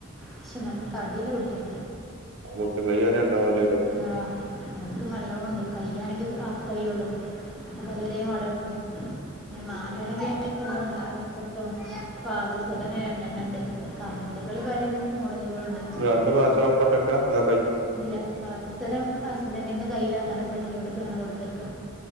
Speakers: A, in the centre; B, on the right.
A: പക്ഷെ നല്ല തടില്ലേ കുട്ട്യാ
B: മുട്ടും കൈ വരെഉണ്ടാവാലെ
A: ആ അതക്കെ നലോണ്ട് കയ്യാണെങ്കി ഹാഫ് കയൊള്ളു അപ്പൊ അതുവര വള <unintelligible> പിനേ മാലായാണെങ്കി എല്ലാംണ്ട് അരക്കെട്ടും പാദസരനെണ്ടെണ്ണണ്ട് കമ്മലികള് പലേ മോടലുകളുണ്ട്.
B: രണ്ട്‌ പാസരം. കൊട്ടക്ക അ
A: ഇല്ല പാദസരം ഹസ്ബന്റിന്റെ കയ്ൽ അങ്ങനെ പെട്ടിടുക്കെ അങ്ങനെ കൊടുത്തക്ക.